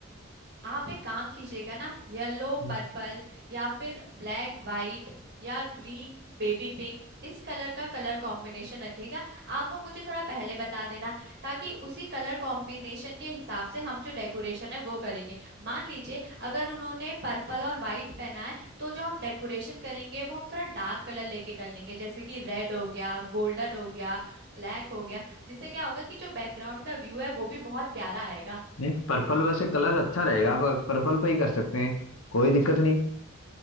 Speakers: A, on the right (about 55°); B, on the left (about 85°).
A: आप एक काम कीजिएगा ना येलो
B: हम्म।
A: पर्पल या फिर ब्लैक वाइट या ग्रीन बेबी पिंक इस कलर का कलर कॉम्बिनेशन रखिएगा आप वो मुझे थोड़ा पहले बता देना ताकि उसी कलर कॉम्बिनेशन के हिसाब से हम जो डेकोरेशन है वो करेंगे मान लीजिए अगर उन्होंने पर्पल और वाइट पहना है तो जो हम डेकोरेशन करेंगे वो हम थोड़ा डार्क कलर लेके कर लेंगे जैसे कि रेड हो गया गोल्डन हो गया ब्लैक हो गया जिससे क्या होगा कि जो बैकग्राउंड का व्यू है वो भी बहुत प्यारा आएगा
B: नहीं पर्पल वैसे कलर अच्छा रहेगा आप पर्पल पे ही कर सकते हैं कोई दिक्कत नहीं